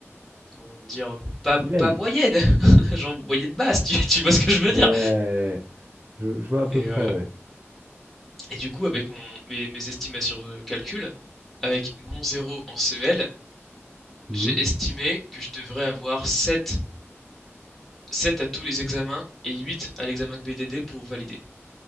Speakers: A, in the centre; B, on the right.
A: comment dire, pas,
B: Vilaine.
A: pas moyenne, <laughs> genre moyenne basse, tu, tu vois ce que je veux
B: Ouais.
A: dire.
B: Je, je vois à peu
A: Et,
B: près,
A: euh,
B: ouais.
A: et du coup, avec mon, mes, mes estimations de calcul, avec mon zéro en CEL,
B: Mhm.
A: j'ai estimé que je devrais avoir sept sept à tous les examens et 8 à l'examen de BDD pour valider.